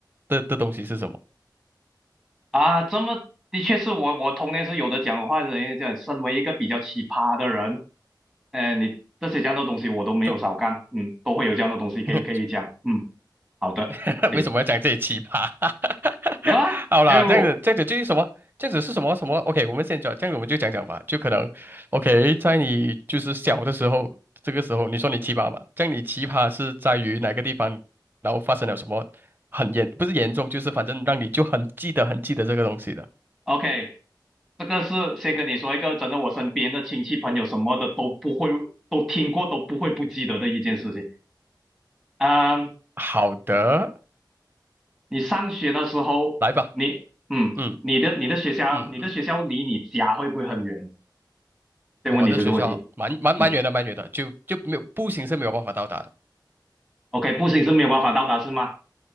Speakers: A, on the right; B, in the centre.
A: 的的东西是什么？
B: 啊，这么的确是我，我童年是有的讲话的人，讲身为一个比较奇葩的人，哎，你这些这样的东西我都没有少干，
A: 就
B: 嗯，都会有这样的东西可以可以讲，
A: <laughs>
B: 嗯，好的，
A: <laughs>
B: 行，
A: 为什么要讲这些奇葩？<laughs>
B: 没有啊，
A: 好啦，
B: 因为我
A: 这样子，这样子就是什么？这样子是什么什么？OK，我们先讲，这样子我们就讲讲吧。就可能，OK，在你就是小的时候，这个时候你说你奇葩吧，这样你奇葩是在于哪个地方，然后发生了什么很严，不是严重，就是反正让你就很记得、很记得这个东西的。
B: ，OK，这个是先跟你说一个真的，我身边的亲戚朋友什么的都不会，都听过，都不会不记得的一件事情，嗯
A: 好的，
B: 你上学的时候，
A: 来吧，
B: 你嗯，
A: 嗯
B: 你的你的学校，
A: 嗯嗯，
B: 你的学校离你家会不会很远？先问你这个问题。
A: 我的学校蛮蛮蛮远的，
B: 嗯
A: 蛮远的，就就没有步行是没有办法到达的。
B: ，OK，步行是没有办法到达是吗？